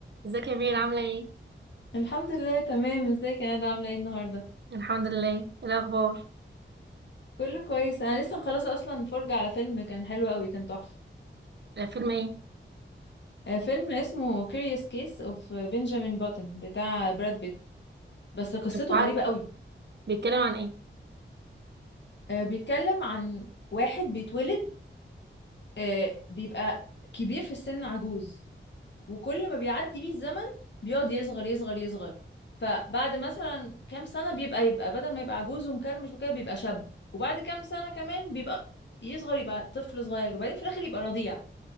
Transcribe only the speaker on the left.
الحمد لله تمام ازيك يا ندى عامله ايه النهارده
كله كويس انا لسه مخلصه اصلا فرجه على فيلم كان حلو قوي كان تحفه
آه، فيلم اسمه Curious Case of Benjamin Button بتاع براد بيت بس قصته
غريبه قوي
آه، بيتكلم عن واحد بيتولد آه، بيبقى كبير في السن عجوز وكل ما بيعدي بيه الزمن بيقعد يصغر يصغر يصغر فبعد مثلا كام سنة بيبقى يبقى بدل ما يبقى عجوز ومكرمش وكده بيبقى شاب وبعد كام سنة كمان بيبقى يصغر يبقى طفل صغير وبعدين في الآخر يبقى رضيع